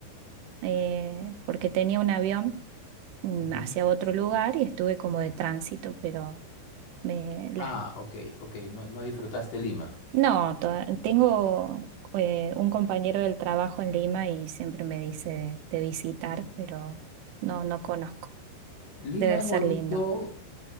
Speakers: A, on the right; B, on the left.
A: eh, porque tenía un avión mm,
B: Ujú.
A: hacia otro lugar y estuve como de tránsito, pero... Me, las,
B: Ah, ok, ok, no, no disfrutaste Lima.
A: No, toda- tengo eh, un compañero del trabajo en Lima y siempre me dice de, de visitar, pero no, no conozco.
B: Lima
A: Debe
B: es
A: ser
B: bonito,
A: lindo,